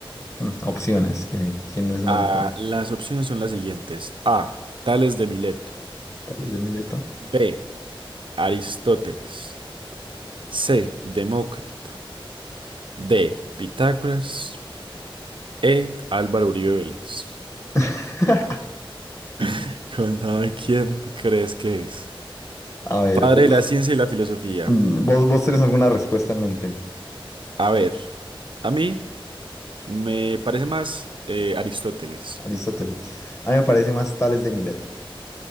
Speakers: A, on the left (about 30°); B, on the right (about 65°).
A: Mm, Opciones. eh, ¿Quiénes son
B: Ah,
A: las opciones?
B: las opciones son las siguientes. A. Tales de Mileto.
A: Tales de Mileto.
B: B. Aristóteles. C. Demócrito. D. Pitágoras. E. Álvaro Uribe Vélez.
A: <laughs>
B: <laughs> Contame quién crees que es.
A: A ver,
B: Padre
A: uf.
B: de la ciencia y la filosofía.
A: Mm, ¿Vos, vos tenés alguna respuesta en mente?
B: A ver, a mí me parece más eh, Aristóteles.
A: Aristóteles. A mí me parece más Tales de Mileto.